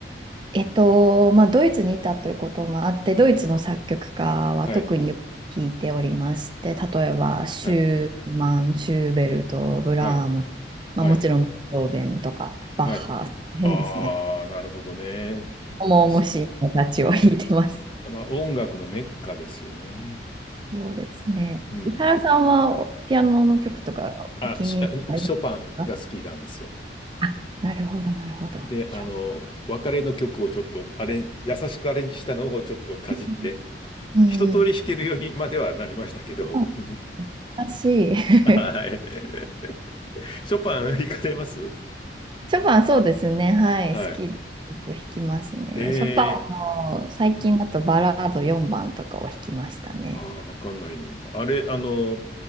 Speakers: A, on the right; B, on the left.
A: えっと、まあ、ドイツにいたということもあって、ドイツの作曲家は特によく弾いておりまして、
B: はい、
A: 例えば、シューマン、
B: はい、
A: シューベルト、ブラーム、
B: はい、
A: まあ、
B: はい、
A: もちろん、ベートーベンとか、バッハ、
B: はい。
A: 変ですね。
B: ああ、なるほどね。
A: 重々しい人たちを弾いてます。
B: 確か、まあ、音楽のメッカですよね。
A: そうですね。
B: うん。
A: 伊原さんは、ピアノの曲とか、
B: あ、
A: お聞きになりますか
B: シあショパンが好きなんですよ。
A: あ、なるほど、なるほど。
B: で、
A: ショパ
B: あの、別れの曲をちょっとアレン、優しくアレンジしたのをちょっとかじって、
A: ンうん。
B: 一通り弾けるようにまではなりましたけど。
A: あ
B: <laughs>
A: 私、<laughs>
B: はい。<laughs> ショパン行かれます
A: ショパンそうですね。はい。
B: はい。
A: 好きでよく弾きますね。
B: えー、
A: ショパンの最近だとバラード4番とかを弾きましたね。
B: うんああ、わかんないな。あれ、あの、